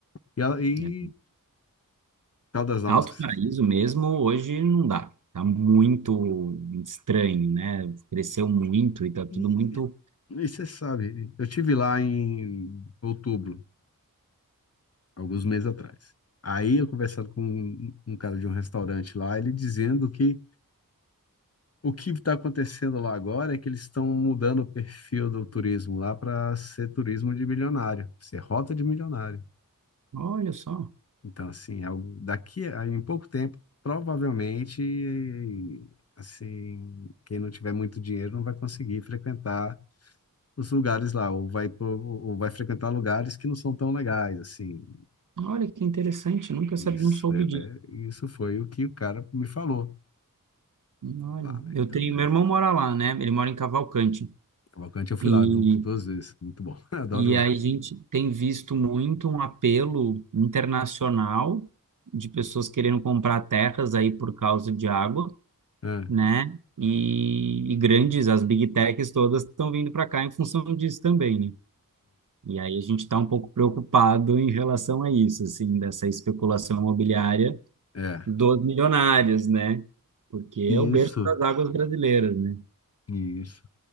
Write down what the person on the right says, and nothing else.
né?
Alto
Paraíso mesmo, hoje não dá. Tá muito estranho, né? Cresceu muito e tá tudo
muito.
Olha só,
olha que interessante, nunca
sabia, não soube
disso.
Olha,
eu
tenho,
meu irmão mora lá, né? Ele mora em Cavalcante.
E,
e
a gente tem visto muito um apelo internacional de pessoas querendo comprar terras aí por causa de água,
né? E, e grandes, as big techs todas estão vindo para cá em função disso também, né? E aí a gente está um pouco preocupado em relação a isso, assim, dessa especulação imobiliária
dos milionários, né? Porque é o berço
das águas brasileiras, né?